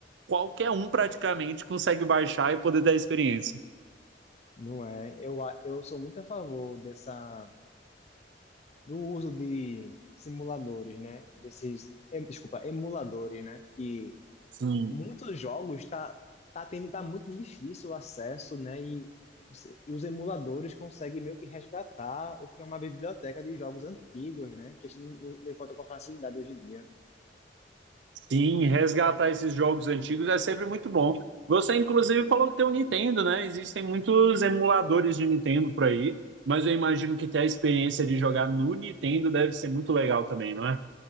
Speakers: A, on the right; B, on the left.
A: qualquer um praticamente consegue baixar e poder ter a experiência.
B: Não é? Eu, a- eu sou muito a favor dessa, do uso de simuladores, né? Desses, em- desculpa, emuladores, né? Que
A: Sim.
B: muitos jogos tá, tá tendo, tá muito difícil o acesso, né? E, você- e os emuladores conseguem meio que resgatar o que é uma biblioteca de jogos antigos, né? Que a gente não, não não encontra com facilidade hoje em dia.
A: Sim, resgatar esses jogos antigos é sempre muito bom. Você, inclusive, falou que tem o Nintendo, né? Existem muitos emuladores de Nintendo por aí, mas eu imagino que ter a experiência de jogar no Nintendo deve ser muito legal também, não é?